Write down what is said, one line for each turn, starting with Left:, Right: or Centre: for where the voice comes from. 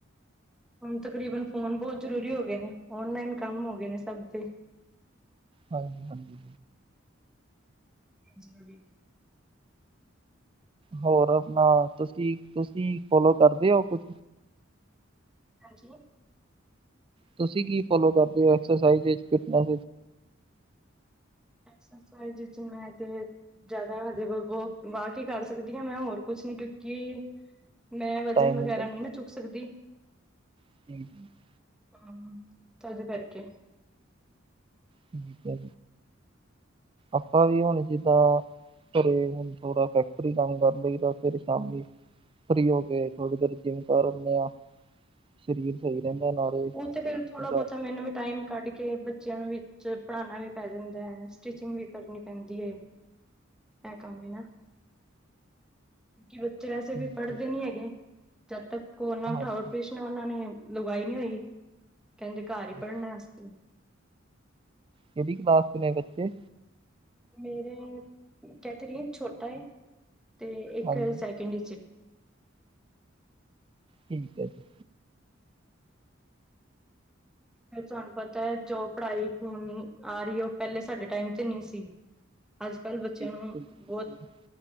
Centre: ਹੁਣ ਤਕਰੀਬਨ, ਫ਼ੋਨ ਬਹੁਤ ਜ਼ਰੂਰੀ ਹੋ ਗਏ ਨੇ, ਔਨਲਾਈਨ ਕੰਮ, ਹੋ ਗਏ ਨੇ ਸਭ ਦੇ
Right: ਹਾਂਜੀ ਹਾਂਜੀ
Centre: ਜ਼ਰੂਰ <inaudible>
Right: ਹੋਰ ਆਪਣਾ, ਤੁਸੀਂ ਤੁਸੀਂ ਫੋਲੋ ਕਰਦੇ ਹੋ, ਕੁਛ
Centre: ਹਾਂਜੀ
Right: ਤੁਸੀਂ, ਕੀ ਫੋਲੋ ਕਰਦੇ ਹੋ ਐਕਸਰਸਾਈਜ ਵਿਚ, ਕਿਦਾ
Centre: ਐਕਸਸਾਈਜ਼, ਚ ਮੈਂ ਤੇ ਜ਼ਿਆਦਾ ਹਜੇ ਵੋਕ, ਕਰ ਸਕਦੀ ਹਾਂ, ਮੈਂ ਹੋਰ ਕੁਛ ਨੀ ਕਿਉਂਕਿ ਮੈਂ ਵਜ਼ਨ
Right: ਟਾਈਮ
Centre: ਵਗੈਰਾ,
Right: ਵਿੱਚ?
Centre: ਨਈ ਨਾ, ਚੁੱਕ ਸਕਦੀ
Right: <inaudible> <unintelligible>
Centre: ਹੁ ਤਦ ਕਰਕੇ
Right: ਠੀਕ ਹੈ, ਆਪਾਂ ਵੀ ਹੁਣ ਜਿੱਦਾਂ ਪਰ ਇਹ, ਹੁਣ ਥੋੜਾ ਫੈਕਟਰੀ ਕੰਮ ਕਰ ਲਈ ਦਾ ਫਿਰ ਸ਼ਾਮੀ, ਫਰੀ ਹੋ ਕੇ ਥੋੜੀ ਦੇਰ ਜਿਮ ਕਰ, ਆਨੇ ਆ ਸਰੀਰ ਸਹੀ ਰਹਿੰਦਾ ਨਾਲੇ
Centre: ਉਹ ਤੇ, ਫਿਰ ਥੋੜਾ
Right: ਦਾ-
Centre: ਬਹੁਤਾ ਮੈਨੂੰ ਵੀ ਟਾਈਮ ਕੱਢ ਕੇ ਕਿ ਬੱਚਿਆਂ ਵਿੱਚ ਪੜ੍ਹਾਉਣਾ ਵੀ ਪੈ ਜਾਂਦਾ ਹੈ, ਸਟਿਚਿੰਗ ਵੀ, ਕਰਨੀ ਪੈਂਦੀ ਹੈ। ਅ ਕਮ ਨੇ ਨਾ ਕਿਉਂਕਿ ਬੱਚੇ ਵੈਸੇ
Right: ਠੀਕ
Centre: ਵੀ ਪੜ੍ਹਦੇ
Right: ਹੈ।
Centre: ਨਹੀਂ ਹੈਗੇ, ਜਦੋਂ ਤੱਕ ਕੋਈ ਉਨ੍ਹਾਂ ਨੂੰ
Right: ਹਾਂਜੀ
Centre: ਨਾ ਉਠਾਏ ਉਹਨਾਂ ਨੇ ਲਗਾਈ ਨਹੀਂ ਹੋਈ, ਕਹਿੰਦੇ ਘਰ
Right: ਹਾਂਜੀ।
Centre: ਹੀ ਪੜ੍ਹਨਾ ਅਸੀਂ
Right: ਕਿਹੜੀ ਕਲਾਸ ਦੇ ਨੇ ਬੱਚੇ?
Centre: ਮੇਰੇ ਕਹਿ ਤੇ ਰਹੀ ਛੋਟਾ ਹੈ ਤੇ ਇੱਕ
Right: ਹਾਂਜੀ
Centre: ਸੈਕਿੰਡ।
Right: ਠੀਕ ਹੈ ਜੀ।
Centre: ਤੁਹਾਨੂੰ ਪਤਾ ਹੈ, ਜੋ ਪੜ੍ਹਾਈ ਹੁਣ ਆ ਰਹੀ ਹੈ, ਉਹ ਪਹਿਲਾਂ ਸਾਡੇ ਟਾਈਮ ਵਿੱਚ ਨਹੀਂ ਸੀ। ਅੱਜ-ਕੱਲ੍ਹ ਬੱਚਿਆਂ
Right: ਜੀ, ਬਿਲਕੁਲ
Centre: ਨੂੰ
Right: ਜੀ,
Centre: ਬਹੁਤ
Right: ਬਿਲਕੁਲ।
Centre: ਕੁਝ